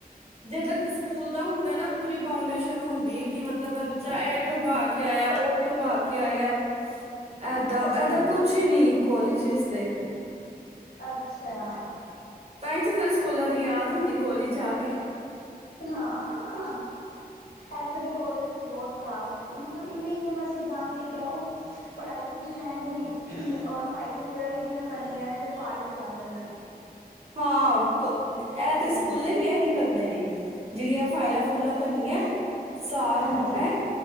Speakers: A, on the right; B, on the left.
A: ਜਿਦ ਕ ਸਕੂਲ ਚ ਹੁੰਦਾ ਪੂਰੀ ਬਾਊਂਡੇਸ਼ਨ ਹੁੰਦੀ ਕਿ ਮਤਲਬ ਬੱਚਾ ਇਹ ਕਿਉ ਪਾ ਕੇ ਆਇਆ ਕਿਉ ਪਾ ਕੇ ਆਇਆ। ਏਦਾਂ
B: ਹਾਂਜੀ
A: ਏਦਾਂ
B: <inaudible>
A: ਕੁਛ ਨੀ ਕੋਲਜਿਸ ਤੇ
B: ਅੱਛਾ।
A: ਤਾਂ ਹੀ ਤੇ ਫੇਰ ਸਕੂਲਾਂ ਦੀ ਯਾਦ ਹੁੰਦੀ ਕੋਲਜ ਜਾ ਕੇ
B: <unintelligible> ਹਾਂ ਹਾਂ ਇੱਥੇ ਦੇ ਕੋਲੇਜ ਵੀ ਬਹੁਤ ਖ਼ਰਾਬ <unintelligible> ਇਹ ਵੀ ਹੀ ਹੈ ਬਸ ਐਗਜ਼ਾਮ ਦੇ ਕੇ ਆ ਆਓ। <unintelligible> ਪੜ੍ਹਾਈ ਕੁਛ ਹੈ ਨਹੀਂ ਔਰ ਫਾਈਲਸ ਵਗੈਰਾ ਵੀ ਜਿਵੇਂ ਬਣਦੀਆਂ ਨੇ ਤੇ ਫਾੜ ਕੇ ਸੱਟ ਦਿੰਦੇ ਨੇ
A: ਹਾਂ ਇਹ
B: ਚੀਜ਼
A: ਤੇ ਸਕੂਲੇ
B: ਹੁੰਦੀ ਹੈ
A: ਵੀ ਇਹੀ ਕਰਦੇ ਨੇ ਜਿਹੜੀਆਂ ਫਾਈਲਾਂ ਫੂਲਾਂ ਬਣਨੀਆਂ ਸਾਲ
B: ਹਾਂਜੀ
A: ਹੋਣਾ ਹੈ